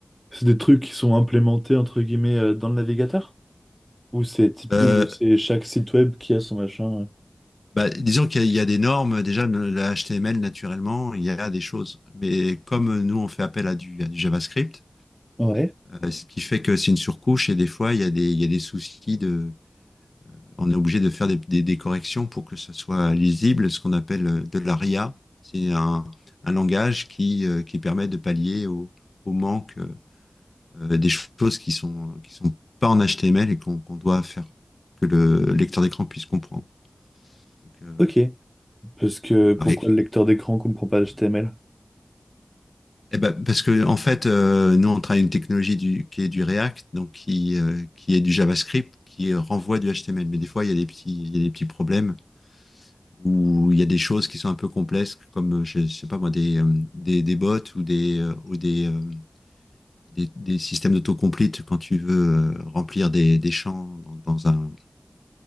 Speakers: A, in the centre; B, on the left.
A: c'est des trucs qui sont implémentés, entre guillemets, euh, dans le navigateur? Ou c'est typ-
B: Euh,
A: ou c'est chaque site web qui a son machin?
B: bah, disons qu'il y a il y a des normes. Déjà, le le HTML, naturellement, il y a des choses. Mais comme nous, on fait appel à du, à du JavaScript.
A: euh Ouais.
B: Euh, ce qui fait que c'est une surcouche et des fois, il y a des, il y a des soucis de, on est obligé de faire des, des, des corrections pour que ça soit lisible, ce qu'on appelle euh, de la RIA. C'est un, un langage qui, euh, qui permet de pallier au, au manque euh, des choses qui sont, qui sont pas en HTML et qu'on qu'on doit faire que le lecteur d'écran puisse comprendre. Donc, euh,
A: Ok. Parce que pourquoi
B: pareil.
A: le lecteur d'écran comprend pas HTML?
B: Eh ben, parce que en fait, euh, nous on travaille une technologie du, qui est du React, donc qui, euh, qui est du JavaScript, qui renvoie du HTML. Mais des fois, il y a des petits, il y a des petits problèmes où il y a des choses qui sont un peu complexes, comme, je, je sais pas moi, des, euh, des, des bots ou des, euh, ou des, euh, des, des systèmes d'autocomplete quand tu veux euh, remplir des, des champs dans, dans un,